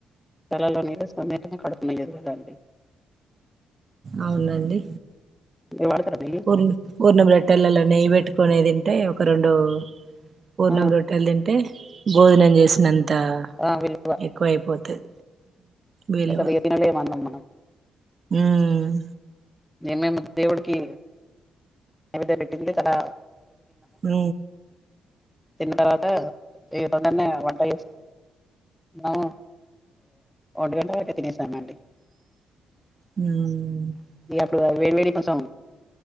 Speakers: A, in the centre; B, on the right (about 50°).
A: తలల మీద స్వమెతంగ కడుపున ఎరుగద అండి
B: అవునండి,
A: మీరు వాడతారా నెయ్యి
B: పూర్ణ్ పూర్ణం రొట్టెలలో నెయ్యి పెట్ పెట్టుకునే తింటే ఒక రెండు పూర్ణం
A: ఆ
B: రొట్టెలు తింటే భోజనం చేసినంత అంత
A: ఆ విలువ
B: ఎక్కువ అయిపోతది. విలువ
A: ఇగ తినలేము అన్నం మనం
B: ఉమ్
A: మేమ్ దేవుడికి నైవేద్యం పెట్టింది చాలా
B: మ్
A: తిన్న తర్వాత ఎవర్నైనా వంట చేస్త ఆహ ఒంటిగంట వరకే తినేసానండి.
B: మ్
A: ఉన్నపుడు వేడి వేడి కొంచెం